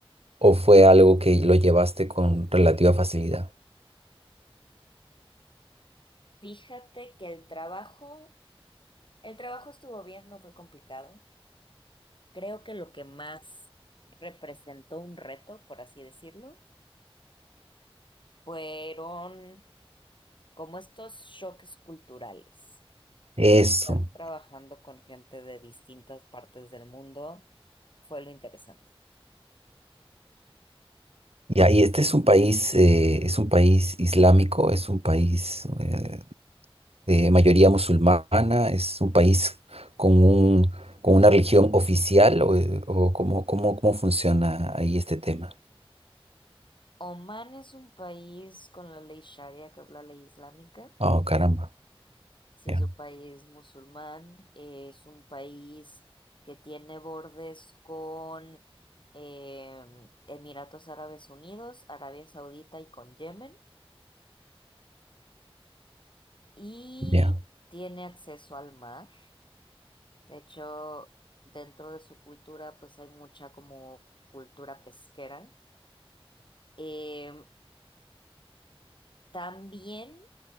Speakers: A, on the right; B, on the left.
A: o fue algo que lo llevaste con relativa facilidad?
B: Fíjate que el trabajo, el trabajo estuvo bien, no fue complicado. Creo que lo que más representó un reto, por así decirlo, fueron como estos choques culturales.
A: Eso.
B: O sea, estar trabajando con gente de distintas partes del mundo fue lo interesante.
A: y ahí este es un país, eh, es un país islámico, es un país eh, de mayoría musulmana, es un país con un, con una religión oficial o, eh, o cómo, cómo, cómo funciona ahí este tema.
B: Omán es un país con la ley Sharia, que es la ley islámica.
A: Oh, caramba.
B: Si
A: Ya,
B: es un país musulmán, es un país que tiene bordes con eh, Emiratos Árabes Unidos, Arabia Saudita y con Yemen. Y
A: ya.
B: tiene acceso al mar. De hecho, dentro de su cultura, pues hay mucha como cultura pesquera. Em, también,